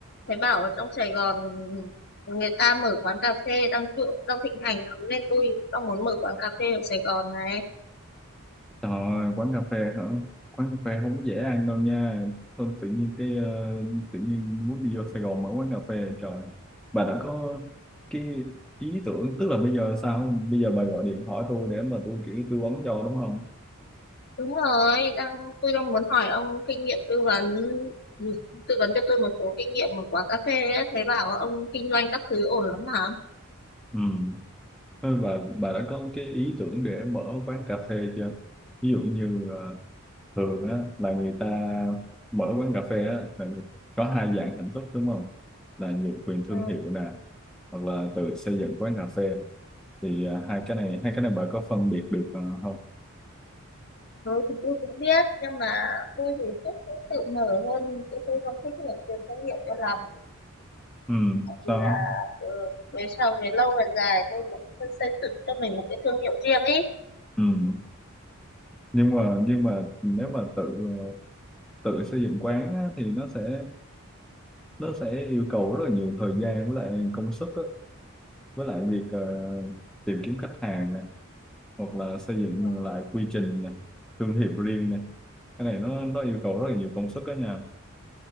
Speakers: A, on the left (about 45°); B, in the centre.
A: thấy bảo ở trong Sài Gòn người ta mở quán cà phê đang trụ, đang thịnh hành lắm nên tôi đang muốn mở quán cà phê ở Sài Gòn này.
B: Trời ơi, quán cà phê hả? Quán cà phê không có dễ ăn đâu nha. Thôi tự nhiên cái ờ, tự nhiên muốn đi vô Sài Gòn mở quán cà phê trời. Bà đã có cái ý tưởng tức là bây giờ sao? Bây giờ bà gọi điện hỏi tôi để mà tôi kiểu tư vấn cho đúng không?
A: Đúng rồi, đang tôi đang muốn hỏi ông kinh nghiệm tư vấn ừ, tư vấn cho tôi một số kinh nghiệm mở quán cà phê ấy. Thấy bảo ông kinh doanh các thứ ổn lắm hả?
B: Ừ. Thôi bà bà đã có cái ý tưởng để mở quán cà phê chưa? ví dụ như thường á là người ta mở quán cà phê á là người- có hai dạng hình thức đúng không là nhượng quyền thương
A: Ừ.
B: hiệu nè hoặc là tự xây dựng quán cà phê thì à, hai cái này hai cái này bà có phân biệt được à, không
A: Ừ, thì tôi cũng biết nhưng mà tôi thì thích cũng tự mở hơn chứ tôi không thích mở tiền thương hiệu cho lắm
B: ừ
A: tại vì
B: sao
A: là ừ, về sau về lâu về dài tôi muốn xây xây dựng cho mình một cái thương hiệu riêng ý
B: ừ nhưng mà nhưng mà nếu mà tự ờ, tự xây dựng quán á, thì nó sẽ nó sẽ yêu cầu rất là nhiều thời gian với lại công sức á, với lại việc ờ, tìm kiếm khách hàng này hoặc là xây dựng
A: Ừ.
B: lại quy trình này, thương hiệu riêng này cái này nó nó yêu cầu rất là nhiều công sức đó nha